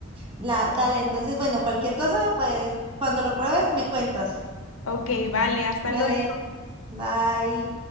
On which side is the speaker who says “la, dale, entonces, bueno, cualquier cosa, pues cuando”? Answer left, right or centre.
Right